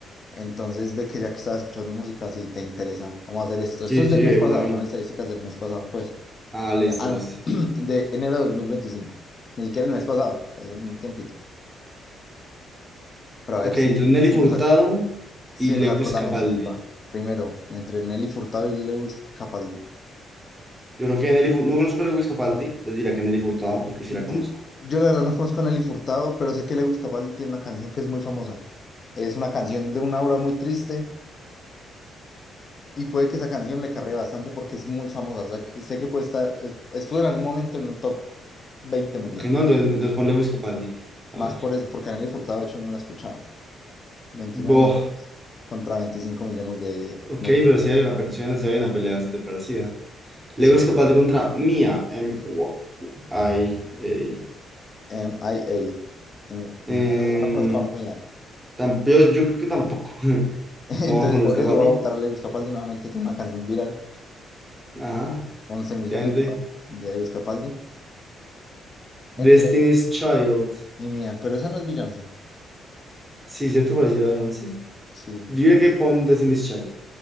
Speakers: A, on the left (about 40°); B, on the right (about 15°).
A: Entonces ve que ya que estás escuchando música, si te interesa, vamos a hacer esto.
B: Sí,
A: Esto es
B: sí,
A: del mes
B: de
A: pasado,
B: una, de una.
A: son estadísticas del mes pasado, pues.
B: Ah, listo,
A: Mira, ah,
B: listo.
A: no, <clears throat> de enero de dos mil veinticinco Ni siquiera el mes pasado, es un tiempito. Pero
B: Ok,
A: a ver si,
B: entre Nelly
A: si,
B: Furtado
A: nos, ac- si
B: y Lewis
A: nos acordamos.
B: Capaldi.
A: Epa, primero, entre Nelly Furtado y Lewis Capaldi.
B: Yo creo que Nelly Furtado, no conozco a Lewis Capaldi, entonces dirá que Nelly Furtado, porque sí
A: Yo,
B: la conozco.
A: yo la verdad no conozco a Nelly Furtado, pero sé que Lewis Capaldi tiene una canción que es muy famosa. Es una canción de una aura muy triste y puede que esa canción le cargue bastante porque es muy famosa. O sea, que sé que puede estar, es- estuvo en algún momento en un top 20 mundial.
B: Ok, no, entonces, entonces pon Lewis Capaldi. A
A: Más
B: ver.
A: por eso, porque a Nelly Furtado de hecho no la escuchaba. veintinueve
B: Boh,
A: millones contra 25 millones de
B: ok,
A: Nelly
B: pero
A: Furtado.
B: sí hay una pelea, sí hay una pelea bastante parecida. Lewis
A: Sí,
B: Capaldi contra Mia M. Ay, ey.
A: MIA. No, la
B: Em,
A: verdad no conozco a Mía.
B: tam- yo, yo creo que tampoco. <laughs>
A: <laughs> Entonces,
B: Vamos con Lewis
A: por
B: Capaldi.
A: eso va a votar a Lewis Capaldi nuevamente. Tiene una canción viral.
B: Ajá,
A: once millones
B: efectivamente.
A: de, pa- de Lewis Capaldi. Entre
B: Destiny's Child.
A: y Mía. Pero esa no es Beyoncé.
B: Sí, cierto, pareciera Beyoncé.
A: Sí.
B: Yo diría
A: no,
B: que pon Destiny's Child.